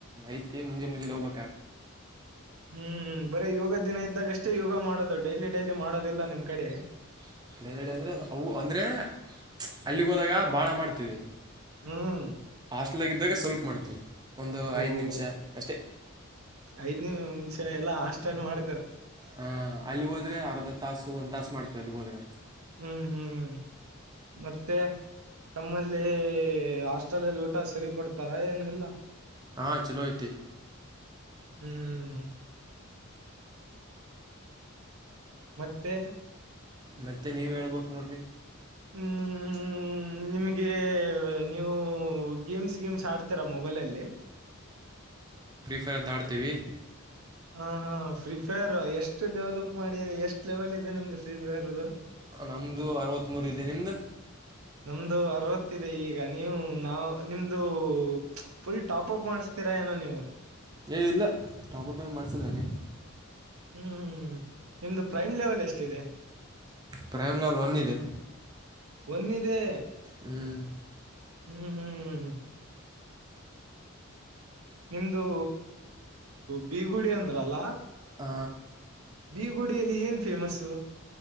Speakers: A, on the right; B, on the right.
A: ಐತಿ ಮುಂಜೆಲೆ ಮುಂಜಾಲೆ ಹೋಗ
B: ಹ್ಮ್ ಬರಿ ಯೋಗ ದಿನ ಇದ್ದಾಗಷ್ಟೇ ಯೋಗ ಮಾಡೋದು ಡೈಲಿ ಡೈಲಿ ಮಾಡೋದಿಲ್ಲ ನಿಮ್ ಕಡೆ
A: <unintelligible> ಅಂದ್ರೆ ಅವು ಅಂದ್ರೆ ಅಲ್ಲಿಗೆ ಹೋದಾಗ ಬಾಳ ಮಾಡ್ತೀವಿ
B: ಹ್ಮ್
A: ಹಾಸ್ಟೆಲ್ಗಿದ್ದಾಗ ಸ್ವಲ್ಪ್ ಮಾಡ್ತೀವಿ ಒಂದು
B: ಓಹೋ
A: ಐದು ನಿಮಿಷ ಅಷ್ಟೇ
B: <inaudible> ಐದ್ನ ನಿಮಷ ಎಲ್ಲಾ ಹಾಸ್ಟೆಲ್ ಮಾಡ
A: ಹಾ ಅಲ್ಲಿಗೇ ಹೋದ್ರೆ ಅರ್ಧ ತಾಸು ಒಂದ್ ತಾಸು ಮಾಡ್ತವೆ ಅಲ್ಲಿಗೇ ಹೋದ್ರೆ
B: ಹ್ಮ್ ಹ್ಮ್ <inaudible> ಮತ್ತೆ ತಮ್ಮಲ್ಲಿ ಹಾಸ್ಟೇಲ್ ಅಲ್ಲಿ ಊಟ ಸರಿ ಕೊಡ್ತಾರ ಏನು ಇಲ್ಲ
A: ಹಾ ಚಲೋ ಐತಿ
B: ಹ್ಮ್ ಮತ್ತೆ
A: ಮತ್ತೆ ನೀವ್ ಹೇಳ್ಬಕ್ ನೋಡ್ರಿ
B: ಹ್ಮ್ ನಿಮ್ಗೆ ನೀವು ಗೇಮ್ಸ್ ಗೇಮ್ಸ್ ಆಡ್ತಾರ ಮೊಬೈಲಲ್ಲಿ
A: ಇವತ್ತು ನೋಡ್ತೀವಿ
B: ಹಾ ಹಾ ಫ್ರೀ ಫೈರ್ ಎಷ್ಟು ಲೆವಲ್ಪ್ ಮಾಡಿ ಎಷ್ಟ್ ಲೆವೆಲ್ ಇದೆ ನಿಮ್ದು ಫ್ರೀ ಫೈರ್ದು
A: ನಮ್ದು ಅರವತ್ ಮೂರ ಇದೆ ನಿಮ್ದ
B: ನಮ್ದು ಅರವತ್ತ ಇದೆ ಈಗ ನೀವು ನಾವ ನಿಮ್ದು ಫುಲ್ ಟಾಪಪ್ ಮಾಡಸ್ತೀರಾ ಏನು ನೀವು
A: ಏ ಇಲ್ಲ ಟಾಪಪ್ ಏನು ಮಾಡಿಸಿಲ್ಲ ರೀ
B: ಹ್ಮ್ ಹ್ಮ್ ನಿಮ್ದು ಪ್ರೈಮ್ ಲೆವೆಲ್ ಎಷ್ಟಿದೆ
A: ಪ್ರೈಮ ಲವೆಲ್ ಒನ್ ಇದೆ
B: ಒನ್ ಇದೆ
A: ಹ್ಞೂ
B: ಹ್ಮ್ ಹ್ಮ್ ಹ್ಮ್ ನಿಮ್ದು ಬೀಗುಡಿ ಅಂದ್ರ ಅಲ್ಲ
A: ಹ
B: ಬೀಗುಡಿಯಲ್ಲಿ ಏನ್ ಫೇಮಸ್ಸು